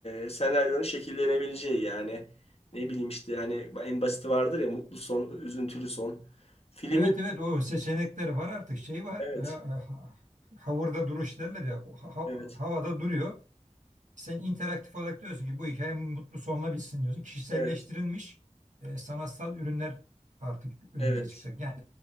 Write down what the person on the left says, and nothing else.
e, senaryonun şekillenebileceği yani ne bileyim işte hani en basiti vardır ya mutlu son, üzüntülü son. Filmin
evet,
evet,
evet,
evet.